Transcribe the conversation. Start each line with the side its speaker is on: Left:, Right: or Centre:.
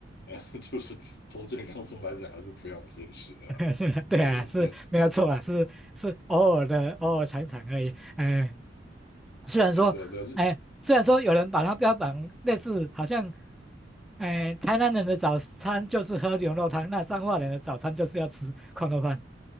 Left: 呃，<laughs> 就是从健康上来讲，还是不要每天吃的啊。
Centre: <laughs> 对啊，
Left: 对，
Centre: 是没有错啊，
Left: <laughs>
Centre: 是是偶尔的，偶尔尝尝而已。哎。<laughs> 虽然说，
Left: 呃，对啊，但是，
Centre: 哎，虽然说有人把它标榜类似，好像，哎，台南人的早餐就是喝牛肉汤，那彰化人的早餐就是要吃矿肉饭。